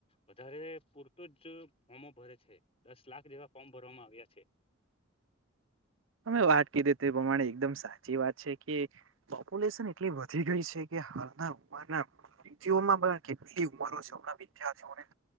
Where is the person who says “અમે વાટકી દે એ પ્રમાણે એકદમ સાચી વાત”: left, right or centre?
Right